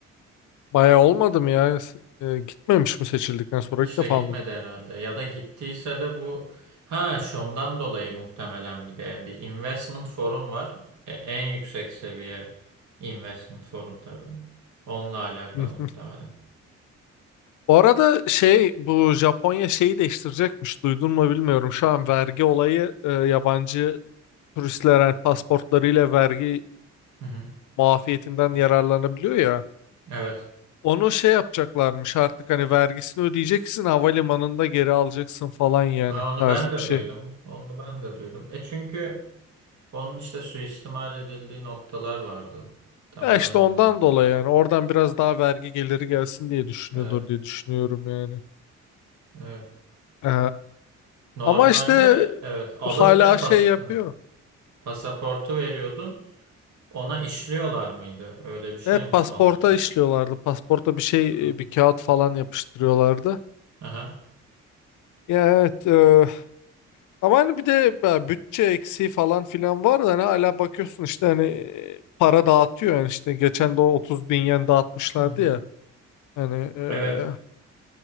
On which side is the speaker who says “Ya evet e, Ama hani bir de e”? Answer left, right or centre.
Left